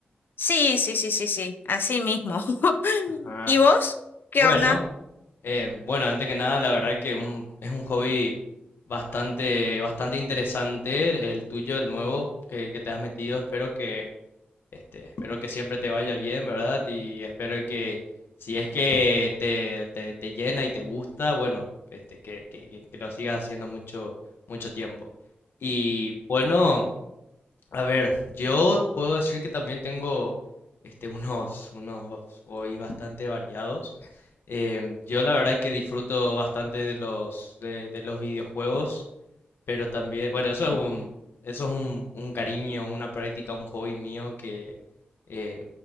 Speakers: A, on the left (about 65°); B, on the left (about 80°).
A: Sí, sí, sí, sí, sí, así mismo. <laughs>
B: Ajá.
A: ¿Y vos? ¿Qué
B: Bueno.
A: onda?
B: Eh, bueno, antes que nada, la verdad que un- es un hobby bastante, bastante interesante, el tuyo, el nuevo que, que te has metido. Espero que, este, espero que siempre te vaya bien, ¿verdad? Y espero que si es que te, te, te llena y te gusta, bueno, este, que, que, que lo sigas haciendo mucho, mucho tiempo. Y bueno. A ver, yo puedo decir que también tengo este, unos, unos hobbies bastante variados. Em, yo la verdad que disfruto bastante de los, de, de los videojuegos. Pero también, bueno, eso es un, eso es un, un cariño, una práctica, un hobby mío que eh,